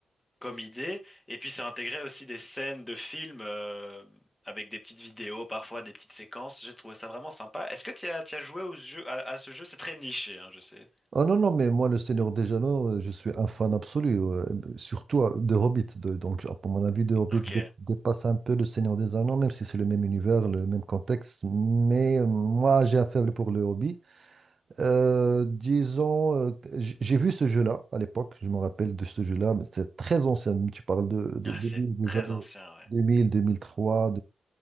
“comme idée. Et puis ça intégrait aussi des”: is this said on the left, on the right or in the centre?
Left